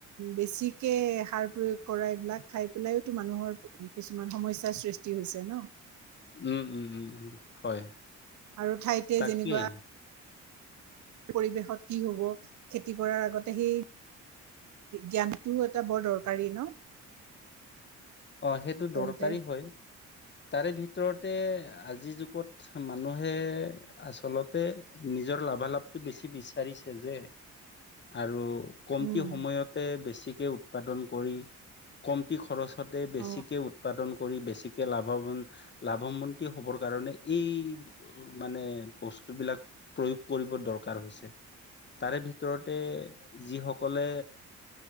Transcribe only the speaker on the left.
উম-উম-উম-উম, হয়
তাকেই।
অ' সেইটো
দৰকাৰী হয় তাৰে ভিতৰত ভিতৰতে আজিৰ যুগত মানুহে আচলতে নিজৰ লাভালাভ। বেছি বিচাৰিছে যে আৰু। কমতি
সময়তে বেছিকে উৎপাদন কৰি কমতি খৰচ। থ বেছিকৈ
উৎপাদন কৰিব। বেছিকে লাভা লাভমন্তি হ'বৰ কাৰণে এই মানে বস্ত বস্তু বিলাক প্ৰয়োগ কৰিব দৰকাৰ হৈছে। তাৰে ভিতৰতে যিসকলে